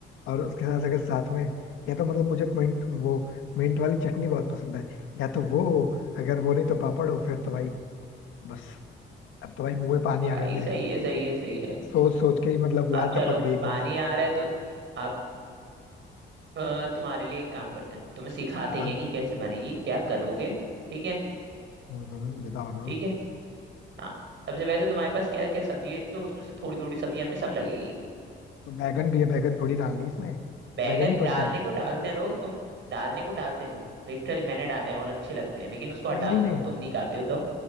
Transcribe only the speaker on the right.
भाई
सही है सही है सही है
अब
चलो
पानी
आ रहा है तो अब अ, तुम्हारे लिए एक काम करते हैं तुम्हें सिखाते
ही हैं कि कैसे बनेगी क्या करोगे ठीक है
ठीक है हाँ सबसे पहले तो तुम्हारे पास क्या क्या सब्जी है तो उसमें से थोड़ी थोड़ी सब्जी हमें सब लगेगी
बैगन
डालने
को डालते हैं लोग तुम डालने को डालते हैं लोग लिटरली मैंने डाले हैं और अच्छे लगते हैं लेकिन उसको हटा
दो
तुम तुम नहीं खाते हो तो